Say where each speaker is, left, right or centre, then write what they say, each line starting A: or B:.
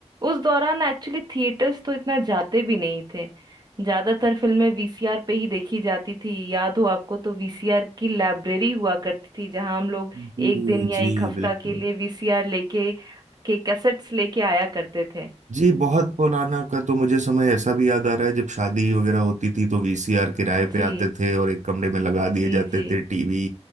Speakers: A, on the right; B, on the right.
A: उस दौरान एक्चुअली थिएटर्स तो इतना जाते भी नहीं थे ज्यादातर फिल्में वीसीआर पे ही देखी जाती थी याद हो आपको तो वीसीआर की लाइब्रेरी हुआ करती थी जहां हम लोग
B: <laughs> जी
A: एक दिन या
B: जी
A: एक हफ्ता
B: बिल्कुल
A: के लिए वीसीआर लेके के कैसेट्स लेके आया करते थे
B: जी बहुत पुराना का तो मुझे समय ऐसा भी याद आ रहा है जब शादी वगैरह होती थी तो वीसीआर किराए पे
A: जी
B: आते थे और एक कमरे में लगा
A: जी
B: दिए जाते
A: जी
B: थे टीवी